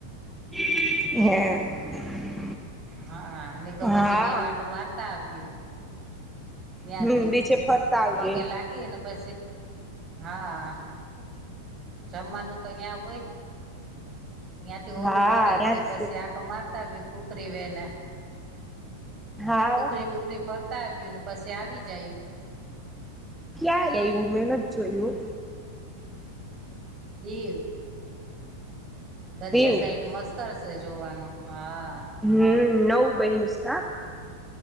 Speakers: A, in the centre; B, on the right.
A: <inaudible>
B: હા તો પછી
A: હા
B: દે વાટું મારતા આવય્યું. ત્યાથી
A: હમ બીચે ફરતા આવ્યો
B: પગે
A: એમ
B: લાગી ને પછી. હા, જમવાનું તો ન્યા હોય. ન્યાથી ઓરું
A: હા
B: પડે
A: ત્યાં જ
B: પછી
A: છે
B: આ તો મારતા આવ્યું કુખરી વને,
A: હા
B: કુખરી બુખરી ફર આવ્યું ને પછી આવી જયું
A: ક્યા એવું મેં નથી જોય્યું.
B: દીવ. દરિયા
A: દીવ
B: સાઈડ મસ્તરશે જોવાનું હા.
A: હમ્મ, નવ બયનુસ કા.